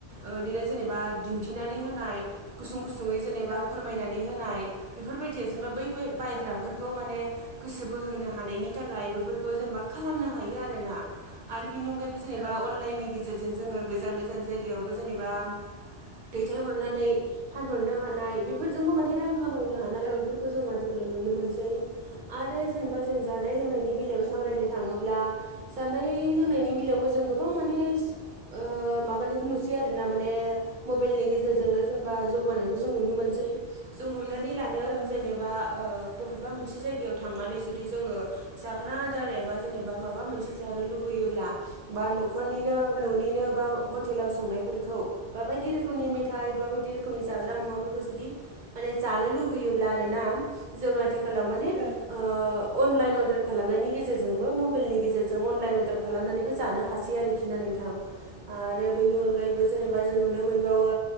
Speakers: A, on the right; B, on the right.
A: ओ बिदिनो जेनेबा दिन्थिनानै होनाय गुसुं गुसुङै जेनेबा
B: औ
A: फोरमायनानै होनाय बेफोरबायदिया जेनेबा बै बायग्रा
B: औ
A: फोरखौ माने गोसो बोहोनो हानायनि थाखाय बेफोरखौ जेन मा खालामनो हायो आरोना आरो बिनि अनगायैबो जेनेबा
B: औ
A: अनलाइननि गेजेरजों जोङो गोजान गोजान जायगायावबो जेनेबा दैथायहरनानै फानहरनो हानाय बेफोरजोंबो माने रां खामायनो हानाय
B: औ
A: बेफोरखौ जों आथिखालाव नुनो मोनसै आरो जेनेबा जों जानाय लोंनायनि बेलायाव
B: औ
A: सावरायनो थाङोब्ला जानाय लोंनायनि बेलायावबो जों गोबां माने ओ माबानिखौ नुसै आरो ना माने मबाइलनि गेजेरजोंनो जेनेबा जौगानायखौ जों नुनो मोनसै जों हमनानै लानो
B: औ
A: जेनेबा ओ बबेबा मोनसे जायगायाव थांनानै जुदि जोङो जाग्रा आदार एबा जेनेबा माबा मोनसे जानो लुबैयोब्ला बा न'खरनिनो
B: औ
A: न'निनो बा हटेलाव संनायफोरखौ बा बायदि रोखोमनि मेथाइ बायदि रोखोमनि जाग्रा मुवाफोरखौ जुदि माने जानो लुबैयोब्ला आरोना जोंहादि खालामालाव माने
B: औ
A: ओ अनलाइन अर्डार खालामनायनि गेजेरजोंबो मबाइलनि गेजेरजों अनलाइन अर्डार खालामनानैबो जानो हासै आरोखि ना नोंथां आरो बेनि अनगायैबो जेनेबा जों नुनो मोनबावो